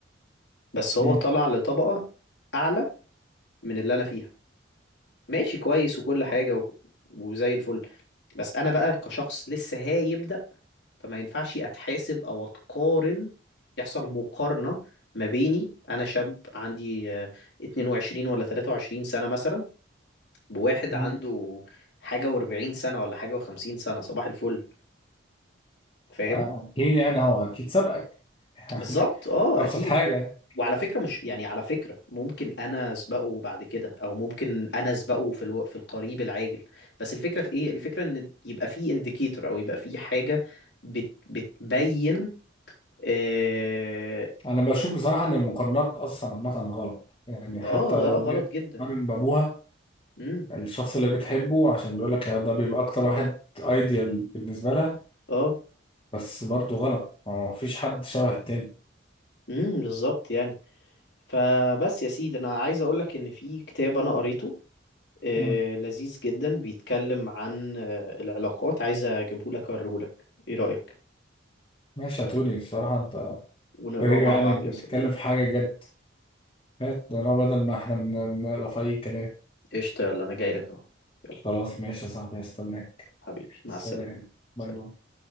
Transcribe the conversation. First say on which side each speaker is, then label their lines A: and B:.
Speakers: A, on the left; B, on the left.
A: بس هو
B: مم.
A: طلع لطبقه اعلى من اللي انا فيها ماشي كويس وكل حاجه و... وزي الفل بس انا بقى كشخص لسه هيبدأ فما ينفعش اتحاسب او اتقارن يحصل مقارنه ما بيني انا شاب عندي آه، 22 ولا 23 سنه مثلا بواحد
B: مم.
A: عنده حاجة واربعين سنة ولا حاجة وخمسين سنة صباح الفل فاهم
B: آه، اكيد يعني هو اكيد سبقك يعني
A: بالظبط اه
B: ابسط
A: اكيد
B: حاجة يعني.
A: وعلى فكرة مش يعني على فكرة ممكن انا اسبقه بعد كده او ممكن انا اسبقه في الو... في القريب العاجل بس الفكرة في ايه الفكرة ان يبقى في انديكيتور او يبقى في حاجة بت... بتبين اه
B: انا بشوف بصراحة ان المقارنات اصلا عامة غلط يعني
A: آه،
B: حتى لو
A: آه، غلط
B: البنت
A: جدا
B: قارن بابوها
A: امم
B: الشخص اللي بتحبه عشان بيقول لك ده بيبقى اكتر واحد ايديال بالنسبة لها
A: اه
B: بس برضه غلط ما فيش حد شبه التاني
A: امم بالظبط يعني فبس يا سيدي انا عايز اقول لك ان في كتاب انا قريته آه،
B: مم.
A: لذيذ جدا بيتكلم عن آه، العلاقات عايز اجيبهولك اوريهولك ايه رأيك
B: ماشي يا توني بصراحة انت
A: ونقراه
B: غريب
A: مع
B: يعني
A: بعض
B: بتتكلم
A: يا صديقي
B: في حاجة جد مات انا بدل ما احنا بن- بنقرا في اي كلام
A: قشطة يلا انا جاي لك اهو يلا
B: خلاص ماشي يا صاحبي هستناك
A: حبيبي مع
B: سلام
A: السلامة
B: باي
A: سلام.
B: باي